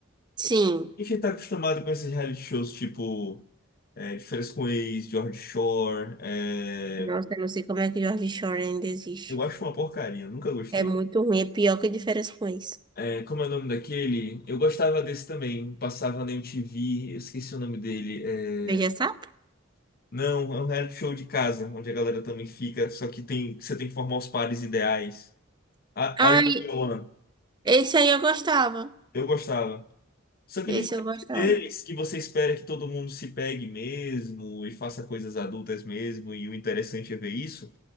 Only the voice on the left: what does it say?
A gente tá acostumado com esses reality shows tipo é, De Férias com Ex, George Shore. é,
Eu acho uma porcaria, nunca gostei.
É, como é o nome daquele? Eu gostava desse também, passava na MTV, eu esqueci o nome dele. é,
Não, é um reality show de casa, onde a galera também fica, só que tem, você tem que formar os pares ideais. A
Are You the One?
Eu gostava. Só que
é diferente
deles, que você espera que todo mundo se pegue mesmo e faça coisas adultas mesmo, e o interessante é ver isso,